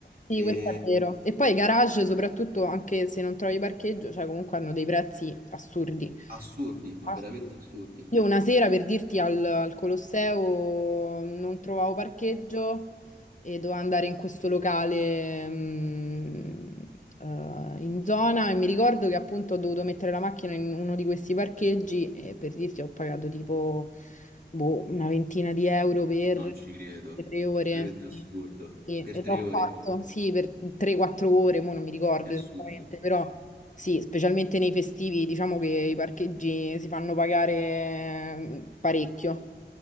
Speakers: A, on the left; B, on the right.
A: Sì,
B: E-
A: questo è vero. E poi i garage, soprattutto anche se non trovi parcheggio, cioè comunque hanno dei prezzi assurdi.
B: assurdi, ma
A: Ah,
B: veramente
A: sì.
B: assurdi.
A: Io una sera per dirti al, al Colosseo non trovavo parcheggio e dovevo andare in questo locale mm, eh, in zona e mi ricordo che appunto ho dovuto mettere la macchina in uno di questi parcheggi e per dirti ho pagato tipo boh, una ventina di euro per
B: Non ci credo.
A: tre ore.
B: Veramente assurdo.
A: Sì, sì,
B: Per
A: e
B: tre
A: l'ho
B: ore
A: fatto, sì, per 3-4 ore, mo non mi ricordo
B: è assurdo.
A: esattamente, però sì, specialmente nei festivi, diciamo che i parcheggi si fanno pagare mm, parecchio.